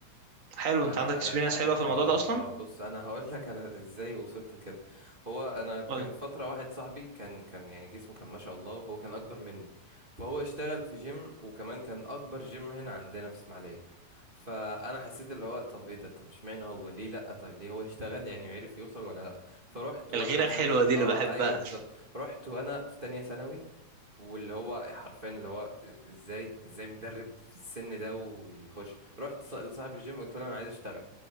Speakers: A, on the right (about 70°); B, on the right (about 20°).
A: حلو
B: انا
A: انت عندك
B: انا
A: اكسبيرينس
B: اه
A: حلوه في الموضوع ده اصلا
B: اه بص انا هقول لك انا ازاي وصلت لكده هو انا كان
A: ولا؟
B: فتره واحد صاحبي كان كان يعني جسمه كان ما شاء الله وهو كان اكبر مني فهو اشتغل في جيم وكمان كان اكبر جيم هنا عندنا في اسماعيليه فانا حسيت اللي هو طب ايه ده طب اشمعنى هو ليه لا طب ليه هو اشتغل يعني عرف يوصل وانا لا فرحت وانا
A: الغيره
B: حرفيا
A: الحلوه دي
B: اه
A: اللي بحبها
B: ايوه بالظبط رحت وانا في تانية ثانوي واللي هو حرفيا اللي هو ازاي ازاي مدرب في السن ده ويخش رحت ص- لصاحب الجيم قلت له انا عايز اشتغل